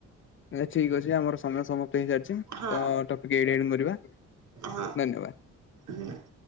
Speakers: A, on the left; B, on the right.
A: ଆ ଠିକ ଅଛି ଆମର ସମୟ ସମସ୍ତେ ହିଁ ଯା
B: ହଁ
A: ତ ଟପିକ ଏଇରେ ଏଇରେ ମରିବା ଧନ୍ୟବାଦ।
B: ହଁ ହୁଁ।